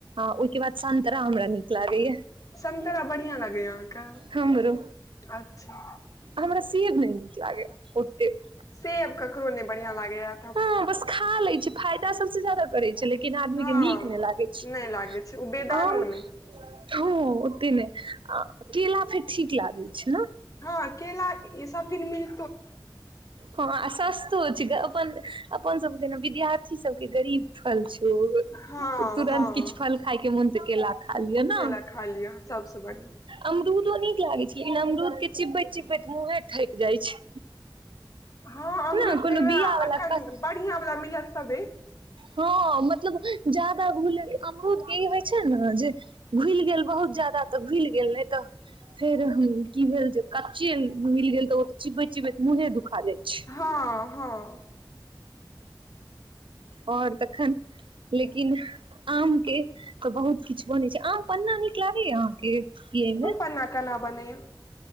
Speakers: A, on the right; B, on the left.
A: ओहिके बाद संतरा हमरा नीक लागैया
B: संतरा बढ़ियाँ लागैया अहाँके
A: हमरो
B: अच्छा
A: हमरा सेब नहि नीक लागैये ओतेक
B: सेब ककरो नहि बढ़ियाँ लागेया
A: हँ बस खा लै छी फायदा सबसे ज्यादा करै छै लेकिन आदमी
B: हँ
A: के नीक नै लागै छै
B: नहि लागै ओ बेदानो
A: आम
B: नहि
A: हँ ओते नहि केला फेर ठीक लागैत छै न
B: हँ केला ई सब दिन मिल
A: हँ अ सस तो छै अपन अपन सब जेना विद्यार्थी सबके गरीब फल छो ओ
B: हँ
A: तुरन्त
B: हँ
A: किछु फल खाायके मोन तऽ केला खा लिअ ने
B: केला खा लिअ सबसँ बढ़िआँ
A: अमरूदो नीक लागै छै लेकिन अमरूद के चिबैत चिबैत मुँहे थकि जाइत छै
B: हँ अमरुद
A: ने कोनो
B: फेर वएह
A: बिया वाला
B: अखन
A: कस
B: बढ़ियाँ वला मिलत तबे
A: हँ मतलब ज्यादा घुलल अमरुद के ई होइ छै न जे घुलि गेल बहुत ज्यादा तऽ घुलि गेल नहि तऽ फेर की भेल जे कच्चे मिल गेल ओ चिबैत-चिबैत मुँहे दुखा जाइ छै
B: हँ हँ
A: आओर तखन लेकिन आम के त बहुत किछ बनै छै आम पन्ना नीक लागैया अहाँके पियै में
B: कना-कना बनेय